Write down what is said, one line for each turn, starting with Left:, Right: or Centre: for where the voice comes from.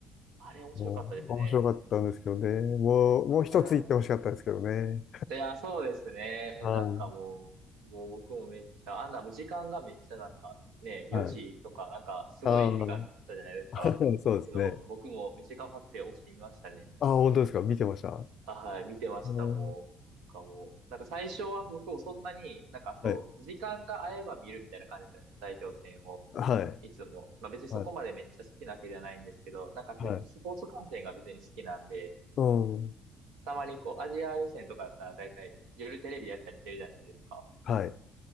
Right: あれ面白かったですね。
Left: もう、面白かったんですけどね。もう、もう一つ言ってほしかったですけどね。
Right: はい。いや、そうですね。
Left: あー
Right: なんかもう、もう僕もめっちゃ、あんなもう時間がめっちゃなんかね、
Left: はい。
Right: 4時とかなんかすごい時間だったじゃないですか。
Left: ああ。<laughs> そうですね。
Right: けど、僕もめっちゃ頑張って起きてみましたね。
Left: ああ、本当ですか。見てました。
Right: あ、はい、見てました、
Left: うん、
Right: もう。なんかもう、なんか最初は僕もそんなに、なんかそう、
Left: はい。
Right: 時間が合えば見るみたいな感じだったんですよ、代表戦を。
Left: はい。
Right: いつも。まあ別にそこまでめっちゃ好きなわけではないんですけど、
Left: は
Right: なんかそういうスポーツ観戦が別に好きなんで、
Left: い。はい。うん。
Right: たまにこう、アジア予選とかだったら大体夜テレビやったりしてるじゃないですか。
Left: はい。